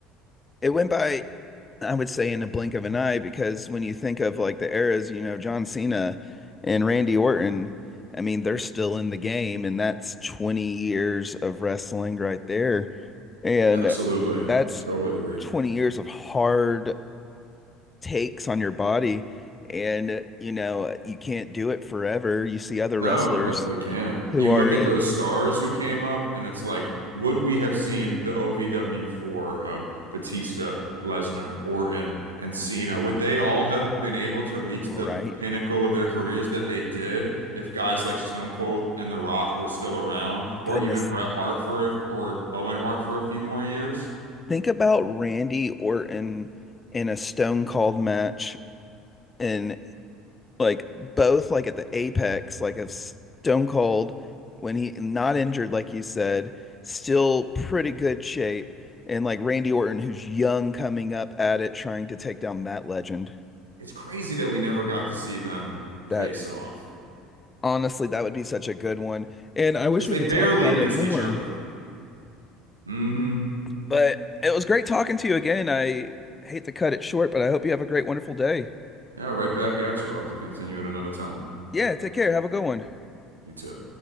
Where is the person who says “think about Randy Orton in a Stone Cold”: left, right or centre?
Left